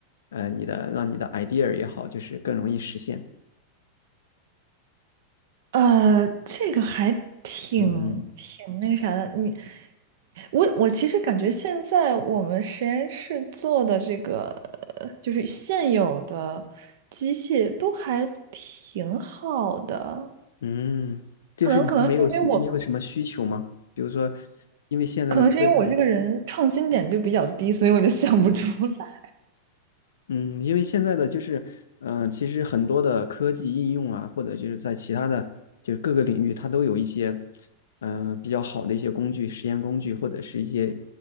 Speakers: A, on the left; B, on the right.
A: 呃你的让你的 idea 也好，就是更容易实现，
B: 呃，这个还挺挺那啥的。
A: 嗯。
B: 你，我我其实感觉现在我们实验室做的这个，呃就是现有的机械都还挺好的。
A: 嗯，就是你们没有你没有什么需求吗？
B: 可能可能是因为我，
A: 比如说，因为现在的科技，
B: 可能是因为我这个人创新点就比较低，所以我就想不出来。
A: 嗯
B: <laughs>
A: 嗯，因为现在的就是，嗯、其实很多的科技应用啊，或者就是在其他的就是各个领域，它都有一些，嗯、比较好的一些工具、实验工具或者是一些，